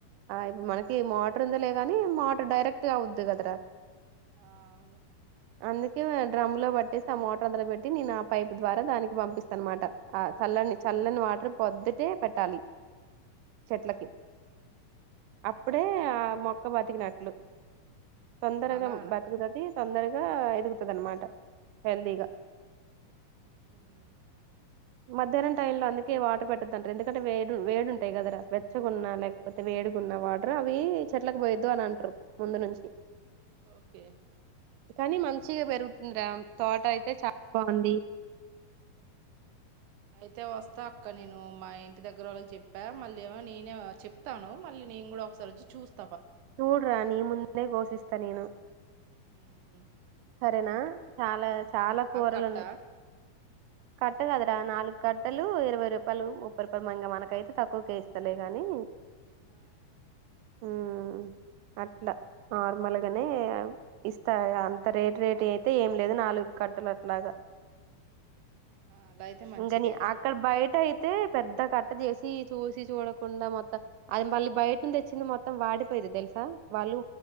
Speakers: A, on the right; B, on the right.
A: ఆ ఇప్పుడు మనకి మోటర్ ఉంది లే గానీ మోటర్ డైరెక్ట్గా అవుద్ది కదరా
B: ఆ అవును
A: అందుకే డ్రమ్ లో పట్టేసి ఆ మోటార్ అంతలో పెట్టి నేను ఆ పైప్ ద్వారా దానికి పంపిస్తానమాట ఆ చల్లని చల్లని వాటర్ పొద్దుటే పెట్టాలి చెట్లకి
B: ఆ
A: అప్పుడే ఆ మొక్క బతికినట్లు తొందరగా
B: అలానా
A: బ్రతుకుతది తొందరగా ఎదుగుతుంద అమాట హెల్దిగా
B: హ్మ్మ్
A: మధ్యాహ్నం టైం లో అందుకే వాటర్ పెట్టద్దు అంటారు ఎందుకంటే వేడు వేడుంటాయి కదర వెచ్చకున్న లేకపోతే వేడుకున్న వాటర్ అవి చెట్లకు పోయద్దు అని అంటారు ముందు నుంచి
B: ఓకే
A: కానీ మంచిగా పెరుగుతుంది ంద్రాం తోట అయితే చాలా బాగుంది
B: అయితే వస్తా అక్క నేను మా ఇంటి దగ్గర వాళ్ళకి చెప్పా మళ్ళీ ఏమో నేనే చెప్తాను మళ్ళీ నేను కూడా ఒకసారి వచ్చి చూస్త
A: చూడ రా నీ ము నేనే కోశిస్తా నేనే
B: హుమ్
A: సరేనా చాలా చాలా కూరలు
B: కట్ట
A: ఉన్నాయి కట్ట కదరా నాలుగు కట్టలు ఇరవై రూపాయలు ముప్పై రూపాయలు మంగా మనకయితే తక్కువక ఇస్తలే కాని
B: హ
A: ఉమ్ అట్లా నార్మల్గానే ఇస్తా అంత రేటు రేటు అయితే ఏం లేదు నాలుగు కట్టలు అట్లాగా
B: అలా అయితే మంచిదేలే
A: ఇంకాని అక్కడ బయట అయితే పెద్ద కట్ట చేసి చూసి చూడకుండా మొత్తం అది మళ్ళీ బయట వచ్చింది మొత్తం వాడి ఇది తెలుసా వాళ్ళు